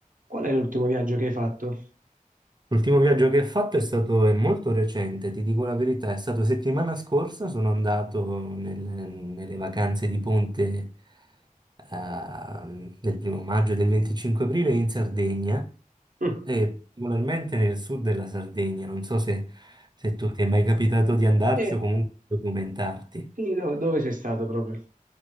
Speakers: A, on the right; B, on the right.
A: Qual è l'ultimo viaggio che hai fatto?
B: L'ultimo viaggio che ho fatto è stato è molto recente, ti dico la verità, è stato settimana scorsa, sono andato nel- nelle vacanze di ponte eh, del primo maggio e del 25 aprile in Sardegna
A: Mm.
B: e particolarmente nel sud della Sardegna, non so se, se tu ti è mai capitato di andarci
A: Eh, Sì.
B: o comunque documentarti.
A: Quindi dove, dove sei stato proprio?